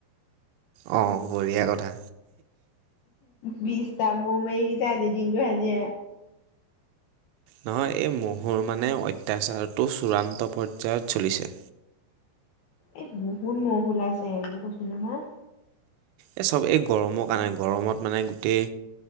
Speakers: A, on the right; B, on the left.
A: অ বঢ়িয়া কথা।
B: বিছটাম ম মই। আজি দিনটো ভাজি।
A: নহয় এই মহুৰ মানে অত্যাচাৰটো চূড়ান্ত পৰ্যায়ত চলিছে।
B: এই বহুত মহ ওলাইছে এইব কৈছ নহয়।
A: এই চব এই গৰমৰ কাৰণে গৰমত মানে গোটেই,